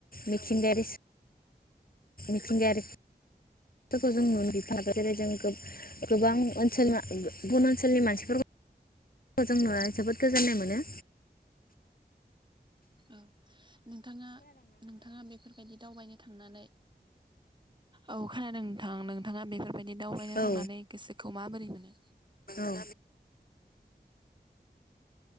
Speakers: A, on the left; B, on the right.
A: मिथिंगायारि सो मिथिंगायारिफोरखौ जों नु बिफाखो जेरै जों गोबां ओनसोलमा गुबुन ओनसोलनि मानसिफोरबो खो जों नुना जोबोद गोजोन्नाय मोनो
B: औ नोंथाङा नोंथाङा बेफोरबायदि दावबायनो थांनानै औ खोनादों नोंथां नोंथाङा बेफोरबायदि दावबायनो
A: औ
B: थांनानै गोसोखौ माबोरै मोनो
A: औ